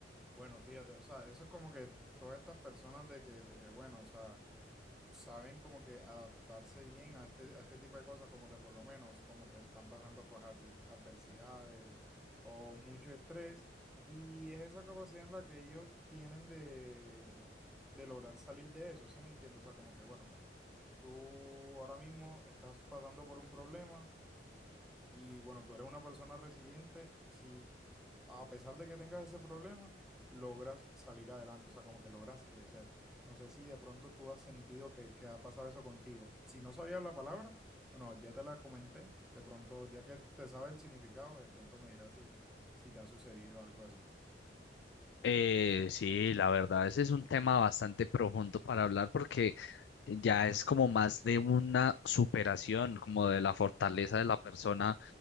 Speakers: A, in the centre; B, on the left.
A: Bueno, fíjate, o sea, eso es como que todas estas personas de que, de que bueno, o sea, saben como que adaptarse bien a este, a este tipo de cosas, como que por lo menos, como que están pasando por adversidades o mucho estrés, y es esa capacidad en la que ellos tienen de, de lograr salir de eso, ¿sí me entiendes? O sea, como que, bueno, tú ahora mismo estás pasando por un problema y, bueno, tú eres una persona resiliente, sí a pesar de que tengas ese problema, logras salir adelante, o sea, como que logras crecer. No sé si de pronto tú has sentido que, que ha pasado eso contigo. Si no sabías la palabra, bueno, ya te la comenté, de pronto, ya que te sabe el significado, de pronto me dirás si, si te ha sucedido algo así.
B: Eh, sí, la verdad, ese es un tema bastante profundo para hablar porque ya es como más de una superación, como de la fortaleza de la persona